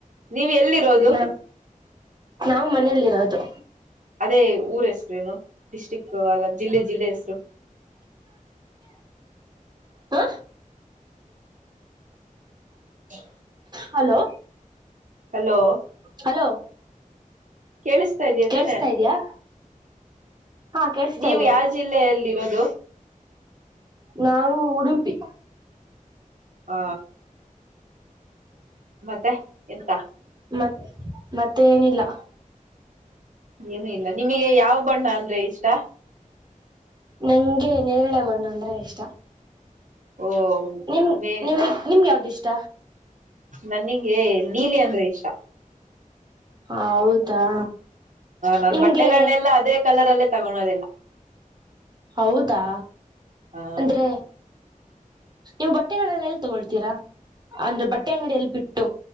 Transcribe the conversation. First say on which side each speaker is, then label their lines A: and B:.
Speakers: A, on the right; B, on the right.
A: ನೀವ್ ಎಲ್ಲಿರೋದು
B: ನಾ ನಾವು ಮನೇಲಿ ಇರೋದು
A: ಅದೇ ಊರು ಹೆಸರೇನು ಡಿಸ್ಟ್ರಿಕ್ಟ್ ಅಲ್ಲ ಜಿಲ್ಲೆ ಜಿಲ್ಲೆ ಹೆಸರೇನು
B: ಹ
A: ಹ <unintelligible>
B: ಹಲೋ
A: ಹಲೋ <unintelligible>
B: ಹಲೋ <unintelligible>
A: ಕೇಳಿಸ್ತಾ ಇದ
B: ಕೇಳಿಸ್ತಾ
A: ತಾನೇ
B: ಇದ್ಯಾ ಹಾ ಕೇಳಿಸ್ತಾ
A: ನೀವು
B: ಇದೆ
A: ಯಾವ ಜಿಲ್ಲೆಯಲ್ಲಿ ಇರುವುದು
B: ನಾವು ಉಡುಪಿ
A: ಹ ಮತ್ತೆ ಎಂತ
B: ಮತ್ ಮತ್ತೆ ಏನು ಇಲ್ಲ
A: ಏನು ಇಲ್ಲ ನಿಮಗೆ ಯಾವ ಬಣ್ಣ ಅಂದ್ರೆ ಇಷ್ಟ
B: ನನಗೆ ನೇರಳೆ ಬಣ್ಣ ಅಂದ್ರೆ ಇಷ್ಟ
A: ಓ
B: ನಿಮ್
A: ಮೇ
B: ನೀವು ನಿಮ್ಗೆ ಯಾವ್ದ ಇಷ್ಟ
A: ನನಗೆ ನೀಲಿ ಅಂದ್ರೆ ಇಷ್ಟ
B: ಹೌದಾ
A: ನಾನು
B: ನಿಮ್ಗೆ
A: ಬಟ್ಟೆಗಳನ್ನೆಲ್ಲ ಅದೇ ಕಲರ್ ಅಲ್ಲಿ ತಾನು ಅದೆಲ್ಲ
B: ಹೌದಾ
A: ಹ
B: ಅಂದ್ರೆ ನೀವು ಬಟ್ಟೆಗಳಲ್ಲೆಲ್ಲಿ ತಗೊಳ್ತೀರಾ ಅಂದ್ರೆ ಬಟ್ಟೆ ಅಂಗಡಿಯಲ್ಲಿ ಬಿಟ್ಟು